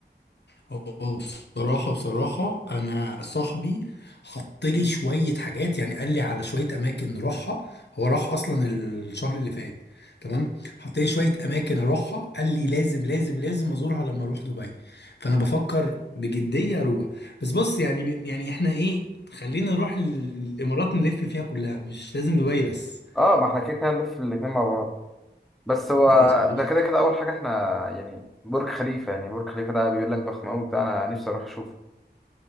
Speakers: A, on the left (about 70°); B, in the centre.
A: هو بصراحة بصراحة أنا صاحبي حط لي شوية حاجات يعني قال لي على شوية أماكن نروحها هو راح أصلا الشهر اللي فات تمام حط لي شوية أماكن أروحها قال لي لازم لازم لازم أزورها لما أروح دبي فأنا بفكر بجدية أروح بس بص يعني يعني إحنا إيه خلينا نروح ال- الإمارات نلف فيها كلها مش لازم دبي بس
B: اه ما احنا كده كده هنلف الاتنين مع بعض بس هو
A: ماشي
B: ده كده كده اول حاجة احنا يعني برج خليفة يعني برج خليفة ده بيقول لك ضخم قوي بتاع انا نفسي اروح اشوفه